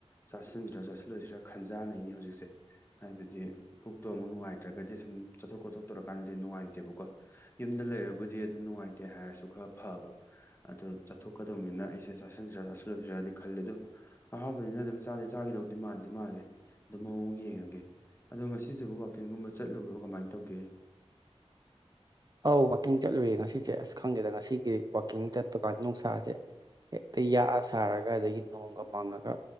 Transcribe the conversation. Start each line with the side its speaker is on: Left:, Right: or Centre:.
Left: ꯆꯥꯁꯤꯟꯗ꯭ꯔꯥ ꯆꯥꯁꯤꯟ ꯂꯣꯏꯁꯤꯔꯥ ꯈꯟꯖꯥꯅꯩꯅꯤ ꯍꯧꯖꯤꯛꯁꯦ ꯍꯥꯏꯕꯗꯤ ꯄꯨꯛꯇꯣ ꯑꯃꯨꯛ ꯅꯨꯡꯉꯥꯏꯇ꯭ꯔꯒꯗꯤ ꯁꯨꯝ ꯆꯠꯊꯣꯛ ꯈꯣꯠꯇꯣꯛ ꯇꯧꯔꯀꯥꯟꯗꯗꯤ ꯅꯨꯡꯉꯥꯏꯇꯦꯕꯀꯣ ꯌꯨꯝꯗ ꯂꯩꯔꯕꯨꯗꯤ ꯑꯗꯨꯝ ꯅꯨꯡꯉꯥꯏꯇꯦ ꯍꯥꯏꯔꯁꯨ ꯈꯔ ꯐꯕ ꯑꯗꯣ ꯆꯠꯊꯣꯛꯀꯗꯧꯅꯤꯅ ꯑꯩꯁꯦ ꯆꯥꯁꯤꯟꯁꯤꯔꯥ ꯆꯥꯁꯤꯜꯂꯣꯏꯁꯤꯔꯥꯗꯤ ꯈꯜꯂꯤ ꯑꯗꯨ ꯑꯍꯥꯎꯕꯅꯤꯅ ꯑꯗꯨꯝ ꯆꯥꯗꯤ ꯆꯥꯈꯤꯗꯧꯗꯤ ꯃꯥꯟ ꯗꯤ ꯃꯥꯜꯂꯦ ꯑꯗꯨ ꯃꯑꯣꯡ ꯌꯦꯡꯉꯒꯦ ꯑꯗꯣ ꯉꯁꯤꯁꯤꯕꯨ ꯋꯥꯛꯀꯤꯡꯒꯨꯝꯕ ꯆꯠꯂꯨꯕ꯭ꯔꯣ ꯀꯃꯥꯏꯅ ꯇꯧꯒꯦ
Right: ꯑꯧ ꯋꯥꯛꯀꯤꯡ ꯆꯠꯂꯨꯏꯌꯦ ꯉꯁꯤꯁꯦ ꯑꯁ ꯈꯪꯗꯦꯗ ꯉꯁꯤꯒꯤ ꯋꯥꯛꯀꯤꯡ ꯆꯠꯄ ꯀꯥꯟ ꯅꯨꯡꯁꯥꯁꯦ ꯍꯦꯛꯇ ꯌꯥꯛꯑ ꯁꯥꯔꯒ ꯑꯗꯒꯤ ꯅꯣꯡꯒ ꯃꯪꯉꯒ